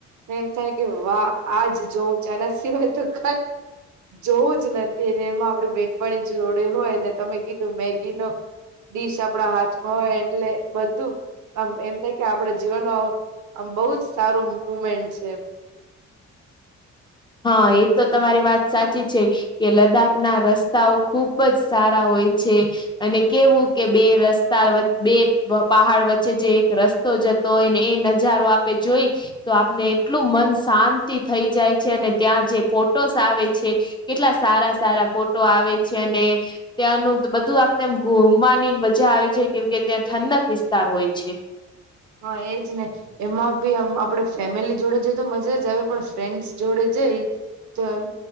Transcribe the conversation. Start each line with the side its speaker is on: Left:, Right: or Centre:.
Right: ને એમ થાય કે વાહ આજ જોઉં આ ના સિવાય તો કય જોવું જ નથી ને એમાં આપડી બેનપણી જોડે હોય ને તમે કીધું મેગી નો ડીશ આપડા હાથમાં હોય એટલે બધું આમ એમ થાય કે આપડો જીવન નો આમ બો જ સારો મુમેન્ટ છે.
Left: હા એ તો તમારી વાત સાચી છે. કે લદ્દાખ ના રસ્તાઓ ખુબ જ સારા હોય છે. અને કેવું કે બે રસ્તા વચ્ બે પહાડ વચ્ચે જે એક રસ્તો જતો જતો હોય ને એને એ નજારો આપે જોઈ તો આપને એટલું મન શાંતિ થઈ જાય. છે અને ત્યાં જે ફોટોસ આવે છે કેટલા સારા સારા ફોટો આવે છે અને ત્યાંનું બધું આપને એમ ઘુમવાની મજા આવે છે, કેમકે ત્યાં ઠંડક વિસ્તાર હોય છે.
Right: હા એજ ને. એમાં ભી આમ આપડે ફેમિલી જોડે જઈ તો મજા જ આવે પણ ફ્રેન્ડસ જોડે જઈ તો એમ